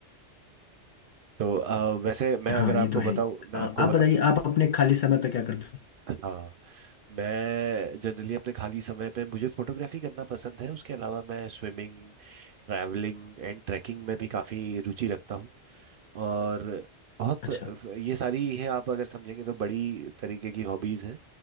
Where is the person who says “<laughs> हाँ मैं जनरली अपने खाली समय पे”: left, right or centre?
Right